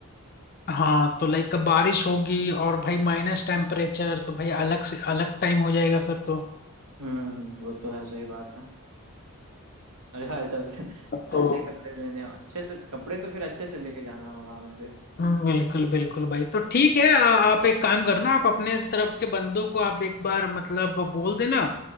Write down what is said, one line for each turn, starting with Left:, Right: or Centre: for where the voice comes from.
Left: हाँ तो लाइक बारिश होगी और भाई माइनस टेम्परेचर तो भाई अलग से अलग टाइम हो जाएगा फिर तो
Right: हम्म हम्म वो तो है सही बात है अरे भाई तब
Left: तो
Right: ऐसे कपड़े लेने अच्छे से कपड़े तो फिर अच्छे से लेके जाना होगा हमें फिर
Left: हम्म, बिल्कुल बिल्कुल भाई तो ठीक है आ, आप एक काम करना आप अपने तरफ के बंदों को आप एक बार मतलब बोल देना